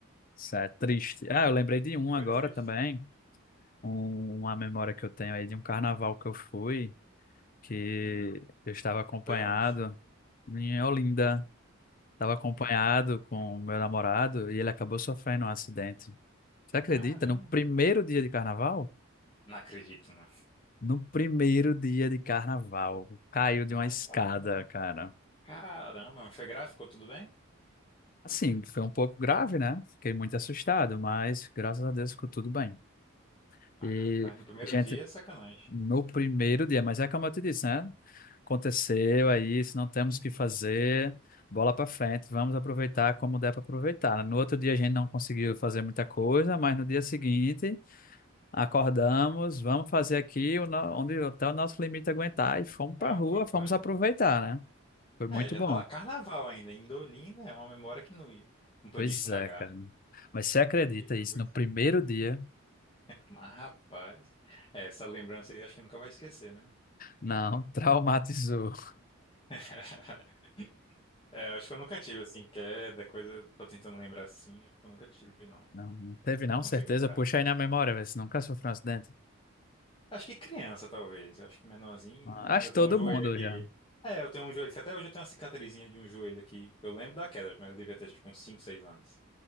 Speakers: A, on the left; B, on the left.
A: Isso é triste. Ah, eu lembrei de um
B: Foi
A: agora
B: triste.
A: também. Um- uma memória que eu tenho aí de um carnaval que eu fui, que
B: Hum,
A: eu estava acompanhado
B: foi onde?
A: em Olinda. Estava
B: Olha,
A: acompanhado com o meu namorado e ele acabou sofrendo um acidente. Você acredita?
B: caramba.
A: No primeiro dia de carnaval?
B: Não acredito, não.
A: No primeiro dia de carnaval, caiu
B: Mas,
A: de uma escada,
B: rapaz.
A: cara.
B: Caramba, mas foi gráfico, tudo bem?
A: Assim, foi um pouco grave, né? Fiquei muito assustado, mas graças a Deus ficou tudo bem.
B: Ah,
A: E,
B: rapaz, no primeiro
A: gente,
B: dia é sacanagem.
A: no primeiro dia, mas é como eu te disse, né? Aconteceu, é isso, não temos o que fazer, bola pra frente, vamos aproveitar como der pra aproveitar. né? No outro dia a gente não conseguiu fazer muita coisa, mas no dia seguinte acordamos, vamos fazer aqui o no- onde até o nosso limite aguentar e fomos pra
B: Ah,
A: rua,
B: pronto,
A: fomos
B: né?
A: aproveitar, né? Foi muito
B: É, já
A: bom.
B: tá lá. Carnaval ainda, em Indolinda é uma memória que não ia. Não podia
A: Pois
B: estragar,
A: é, cara.
B: né?
A: Mas você acredita
B: Que coisa.
A: isso? No primeiro dia,
B: Mas, rapaz, é, essa lembrança aí acho que nunca vai esquecer, né?
A: não, <laughs> traumatizou.
B: <laughs> É, acho que eu nunca tive, assim, queda, coisa. Tô tentando lembrar assim, acho que eu nunca tive, não.
A: Não, não teve não,
B: Consigo
A: certeza.
B: lembrar.
A: Puxa aí na memória, vê se nunca sofreu um acidente.
B: Acho que criança, talvez. Acho que menorzinho.
A: Ah, Acho
B: Eu
A: que
B: tenho
A: todo
B: um joelho
A: mundo
B: aqui.
A: já.
B: É, eu tenho um joelho que até hoje eu tenho uma cicatrizinha de um joelho aqui. Eu lembro da queda, mas eu devia ter tipo uns 5, 6 anos.